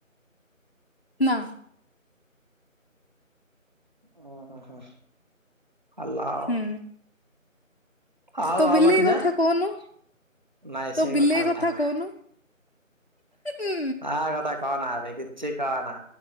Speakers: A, on the left (about 45°); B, on the right (about 35°).
A: ନାଁ।
B: ଉଁ ହୁଁ ହୁଁ ଆଲା ଆଉ।
A: ହୁଁ
B: ଆଉ
A: ତୋ
B: ଆଉ
A: ବିଲେଇ
B: ବାକି ଯା
A: କଥା କହୁନୁ
B: ନାଇଁ
A: ତୋ
B: ସେ
A: ବିଲେଇ
B: କଥା ଉଠା ନା।
A: କହୁନୁ। ହୁଁ
B: ତା କଥା କହନା ଭାଇ କିଛି କହନା।